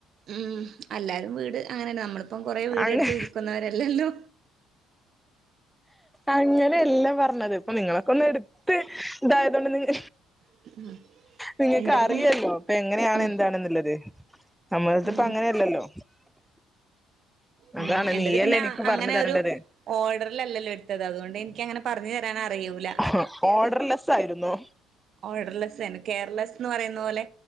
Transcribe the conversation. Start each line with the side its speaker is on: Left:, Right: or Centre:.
Right: ഉം അല്ലാരും വീട് അങ്ങനെന്നെ നമ്മളിപ്പം കൊറെ വീടെടുത്ത്
Centre: അങ്ങ
Right: വിൽക്കുന്നവരല്ലല്ലോ.
Centre: അങ്ങനെല്ല പറഞ്ഞത് ഇപ്പ നിങ്ങളക്കെ ഒന്ന് എടുത്ത് ഇതായതൊണ്ട് നിങ്ങ
Right: <unintelligible>
Centre: നിങ്ങൾക്ക്
Right: എന്റത്
Centre: അറിയല്ലോ
Right: പിന്നെ
Centre: പ്പ എങ്ങനെയാണ്
Right: ഉം
Centre: എന്താണെന്നുള്ളത് നമ്മളത്പ്പ
Right: ഉം
Centre: അങ്ങനെയല്ലല്ലോ.
Right: ഉം
Centre: അതാണ്
Right: എന്റത്
Centre: നീയല്ലേ
Right: പിന്നെ
Centre: എനിക്ക്
Right: അങ്ങനെ
Centre: പറഞ്ഞു തരണ്ടത്.
Right: ഒരു ഓർഡറിലല്ലല്ലോ എടുത്തത് അതുകൊണ്ടെനിക്കങ്ങനെ പറഞ്ഞു തരാൻ അറിയൂല.
Centre: ആഹ് ഓർഡർലെസ്സ് ആയിരുന്നോ?
Right: ഓർഡർലെസ്സെനു കേയർലെസ്സ് ന്ന് പറയുന്ന പോലെ